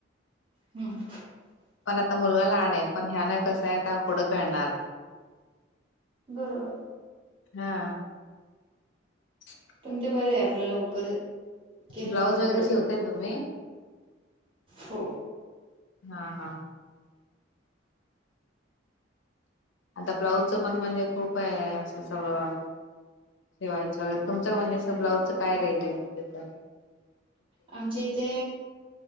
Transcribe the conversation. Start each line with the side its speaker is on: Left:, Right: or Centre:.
Right: हम्म
Left: पण आता मुलगा लहान आहे पण ह्यान कसं आहे आता पुढं कळणार.
Right: बरोबर
Left: हा ह <unintelligible>
Right: पण ते बरे आहे आपल लवकर केलं
Left: ब्लाऊज
Right: नक्की
Left: वगैरे
Right: बरं
Left: शिवताय
Right: पडतं
Left: तुम्ही
Right: हो
Left: हा हा आता ब्लाऊजचं पण म्हणजे खूप आहे असं सगळं शिवायचं वैगरे तुमचं म्हणजे असं ब्लाउजचं काय रेट आहे त्याचा.
Right: आमच्या इथे